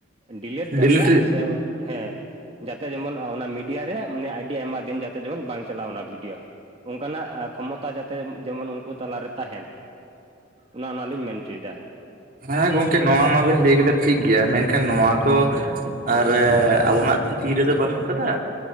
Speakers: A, on the right; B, on the right.
A: ᱰᱤᱞᱮᱴ
B: ᱰᱤᱞᱤᱴ
A: ᱫᱟᱲᱮᱭᱟᱜ ᱥᱮ ᱦᱮᱸᱼᱼ ᱡᱟᱛᱮ ᱡᱮᱢᱚᱱ ᱚᱱᱟ ᱢᱤᱰᱤᱭᱟ ᱨᱮ ᱢᱟᱱᱮ ᱟᱹᱰᱤ ᱟᱭᱢᱟ ᱫᱤᱱ ᱡᱟᱛᱮ ᱡᱮᱢᱚᱱ ᱵᱟᱝ ᱪᱟᱞᱟᱜᱼᱟ ᱚᱱᱟ ᱵᱷᱤᱰᱤᱭᱳ ᱚᱱᱠᱟᱱᱟᱜ ᱠᱷᱚᱢᱚᱛᱟ ᱡᱟᱛᱮ ᱡᱮᱢᱚᱱ ᱩᱱᱠᱩ ᱛᱟᱞᱟᱨᱮ ᱛᱟᱦᱮᱱ ᱚᱱᱟ ᱚᱱᱟ ᱞᱤᱧ ᱢᱮᱱ ᱦᱚᱪᱚ ᱮᱫᱟ᱾
B: ᱦᱮᱸ ᱜᱚᱝᱠᱮ ᱱᱚᱣᱟ ᱢᱟᱵᱤᱱ ᱞᱟᱹᱭ ᱠᱮᱫᱟ ᱴᱷᱤᱠ ᱜᱮᱭᱟ ᱢᱮᱱᱠᱷᱟᱱ ᱱᱚᱣᱟ ᱛᱚ ᱟᱨ ᱟᱵᱚᱱᱟᱜᱼᱼ ᱛᱤ ᱨᱮᱫᱚ ᱵᱟᱹᱱᱩᱜ ᱠᱟᱫᱟ᱾